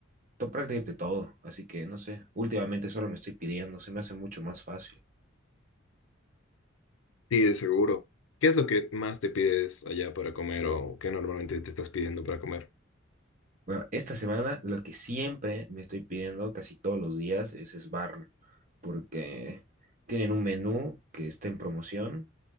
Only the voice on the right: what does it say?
to- prácticamente todo. Así que no sé, últimamente solo me estoy pidiendo, se me hace mucho más fácil.
Bueno, esta semana lo que siempre me estoy pidiendo casi todos los días es Sbarn, porque tienen un menú que está en promoción,